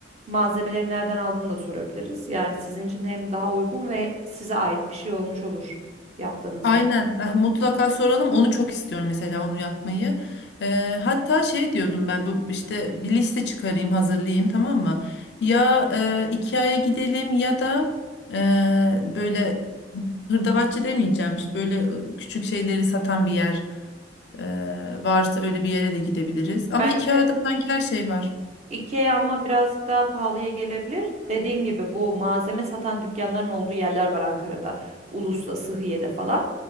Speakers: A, on the right; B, on the left.
A: Malzemeleri nereden aldığını da sorabiliriz. Yani sizin için hem daha uygun ve size ait bir şey olmuş olur yaptığınızda.
B: Aynen. Eh, Mutlaka soralım. Onu çok istiyorum mesela onu yapmayı. Eee, hatta şey diyordum ben bu işte bir liste çıkarayım, hazırlayayım tamam mı? Ya eee IKEA'ya gidelim ya da eee, böyle hırdavatçı demeyeceğim. işte böyle eh, küçük şeyleri satan bir yer eee, varsa öyle bir yere de gidebiliriz.
A: Bence
B: Ama IKEA'da sanki her şey var.
A: IKEA ama birazcık daha pahalıya gelebilir. Dediğin gibi bu malzeme satan dükkanların olduğu yerler var Ankara'da. Ulus'ta, Sıhhiye'de falan.